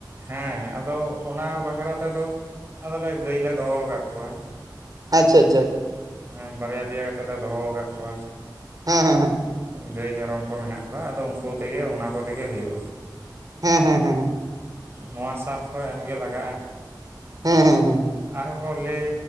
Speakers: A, on the right; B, on the right.
A: ᱦᱮᱸ ᱟᱫᱚ ᱚᱱᱟ ᱵᱟᱠᱷᱨᱟ ᱛᱮᱫᱚ ᱟᱫᱚᱞᱮ ᱜᱟᱹᱭᱞᱮ ᱫᱚᱦᱚ ᱟᱠᱟᱫ ᱠᱚᱣᱟ᱾
B: ᱟᱪᱪᱷᱟ ᱟᱪᱷᱟ᱾
A: ᱮ ᱵᱟᱨᱭᱟ ᱯᱮᱭᱟ ᱠᱟ ᱠᱟᱛᱮᱫ ᱞᱮ ᱫᱚᱦᱚ ᱟᱠᱟᱫ ᱠᱚᱣᱟ᱾
B: ᱦᱮᱸ ᱦᱮᱸᱦᱮ᱾
A: ᱜᱟᱹᱭ ᱢᱮᱨᱚᱢ ᱠᱚ ᱢᱮᱱᱟᱜ ᱠᱚᱣᱟ ᱟᱫᱚ ᱩᱱᱠᱩ ᱛᱮᱜᱮ ᱚᱱᱟ ᱠᱚ ᱛᱮᱜᱮ ᱦᱩᱭᱩᱜᱼᱟ᱾
B: ᱦᱮᱸ ᱦᱮᱸ ᱦᱮᱸ᱾
A: ᱱᱚᱣᱟ ᱥᱟᱨ ᱛᱷᱚ ᱮᱢᱜᱮ ᱞᱟᱜᱟᱜᱼᱟ᱾
B: ᱦᱮᱸ ᱦᱮ ᱦᱩ᱾
A: ᱟᱨᱦᱚᱸ ᱠᱚ ᱞᱟᱹᱭ